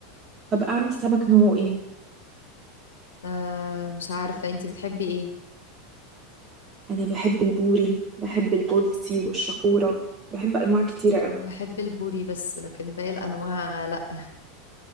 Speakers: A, on the right; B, on the left.
A: طب اعمل سمك نوعه ايه
B: آه مش عارفة انتي بتحبي ايه
A: انا بحب البوري بحب البولتي والشخوره بحب انواع كتيره قوي
B: انا بحب البوري بس لكن باقي الانواع لا